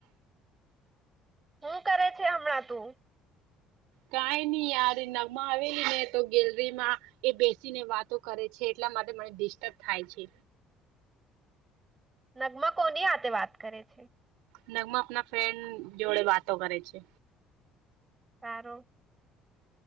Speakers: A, on the right; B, on the right.
A: હું કરે છે હમણાં તું?
B: કઈ નઈ યાર નમા આવેલી ને તો ગેલરી માં એ બેસીને વાતો કરે છે એટલા માટે મને ડિસ્ટર્બ થાય છે.
A: નગમા કોની આ તે વાત કરે છે?
B: નગમાં આપના ફ્રેન્ડ જોડે વાતો કરે છે.
A: સારો.